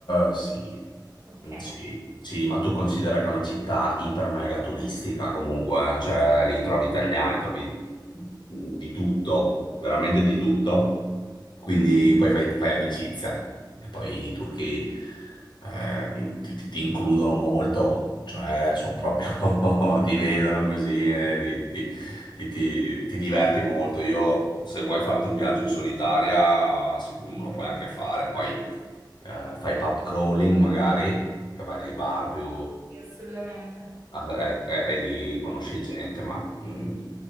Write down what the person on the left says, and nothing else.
eh, sì,
Mm, sì, sì, ma tu considera che è una città iper mega turistica comunque, eh, cioè lì trovi italiani, trovi mm, di tutto, veramente di tutto, quindi poi fai, fai amicizia e poi i turchi eh, ti, ti- ti includono molto, cioè sono proprio, <laughs> ti vedono così, e ti, ti- ti, ti- ti diverti molto. Io, se vuoi farti un viaggio in solitaria, sì, lo puoi anche fare. Poi eh, fai pub crawling magari, che vai nei bar più...
Ah, eh, eh, E lì conosci gente, ma mm,